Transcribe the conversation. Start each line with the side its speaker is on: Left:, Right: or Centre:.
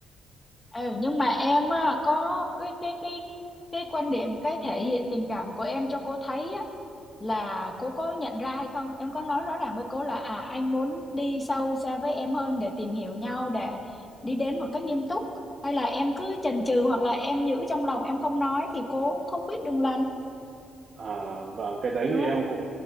Left: ừ nhưng mà em á, có cái cái cái cái quan điểm cái thể hiện tình cảm của em cho cô thấy á là cô có nhận ra hay không em có nói rõ ràng với cô là à anh muốn đi sâu xa với em hơn để tìm hiểu nhau để đi đến một cách nghiêm túc hay là em cứ chần chừ hoặc là em giữ trong lòng em không nói thì cô cũng không biết đường lần
Right: À, và cái đấy
Left: hiểu
Right: thì
Left: không
Right: em cũng